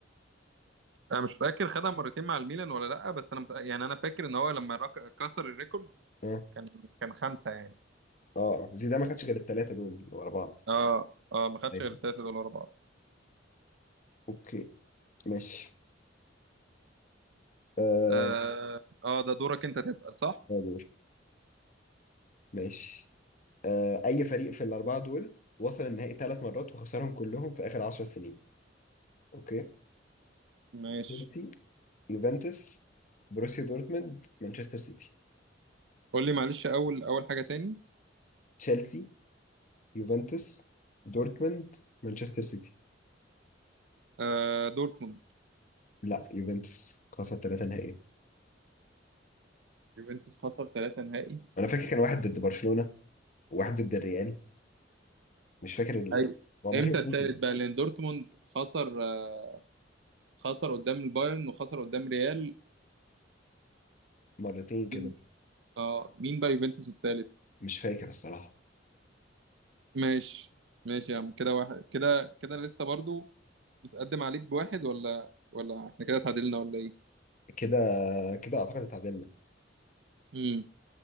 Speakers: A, on the right (about 70°); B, on the left (about 45°).
A: انا مش فاكر خدها مرتين مع الميلان ولا لا بس انا متأ... يعني انا فاكر ان هو لما رك... كسر الريكورد
B: اه
A: كان كان خمسة يعني
B: اه زيدان ما خدش غير الثلاثة دول اللي ورا بعض
A: اه اه ما خدش
B: ايوه
A: غير التلاتة دول ورا بعض
B: اوكي ماشي آه...
A: اه اه ده دورك انت تسأل صح
B: دور. ماشي آه، اي فريق في الاربعه دول وصل النهائي ثلاث مرات وخسرهم كلهم في اخر 10 سنين اوكي
A: ماشي
B: تشيلسي يوفنتوس بروسيا دورتموند مانشستر سيتي
A: قول لي معلش اول اول حاجة تاني
B: تشيلسي يوفنتوس دورتموند مانشستر سيتي
A: آه دورتموند
B: لا يوفنتوس خسر ثلاثه نهائي
A: يوفنتوس خسر ثلاثة نهائي
B: انا فاكر كان واحد ضد برشلونه وواحد ضد الريال مش فاكر ال...
A: ايوه
B: هو ممكن
A: امتى
B: اتنين
A: التالت بقى لان دورتموند خسر آه خسر قدام البايرن وخسر قدام ريال
B: مرتين كده
A: مين- اه مين بقى يوفنتوس التالت
B: مش فاكر الصراحه
A: ماشي ماشي يا عم كده واحد كده كده لسه برضو متقدم عليك بواحد ولا ولا احنا كده اتعادلنا ولا ايه
B: كده كده اعتقد اتعادلنا
A: امم